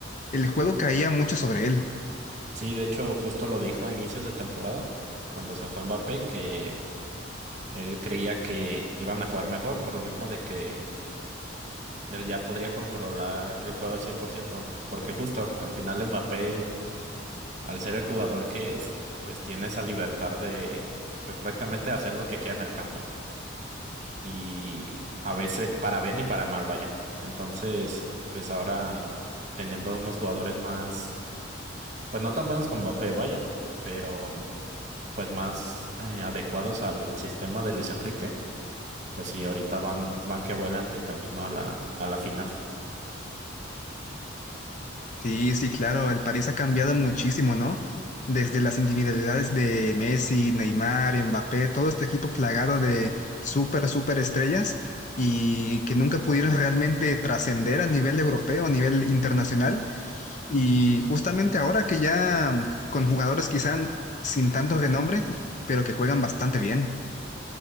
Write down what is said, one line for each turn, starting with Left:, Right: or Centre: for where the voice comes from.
Left: el juego caía mucho sobre él.
Right: Sí, de hecho, justo lo dijo a inicios de temporada, cuando se fue Mbappé, que él creía que iban a jugar mejor por lo mismo de que él ya podría controlar el juego al 100%, porque justo al final Mbappé, al ser el jugador que es, pues tiene esa libertad de, pues prácticamente hacer lo que quiera en el campo. Y a veces, para bien y para mal, vaya. Entonces, pues ahora teniendo unos jugadores más, pues no tan buenos como Mbappé, vaya, pero pues más eh, adecuados al sistema de Luis Enrique, pues sí, ahorita van, van que vuelan de camino a la, a la final.
Left: Sí, sí, claro, el París ha cambiado muchísimo, ¿no? Desde las individualidades de Messi, Neymar, Mbappé, todo este equipo plagado de súper, súper estrellas y que nunca pudieron realmente trascender a nivel europeo, a nivel internacional. Y justamente ahora que ya mm, con jugadores quizá sin tanto renombre, pero que juegan bastante bien.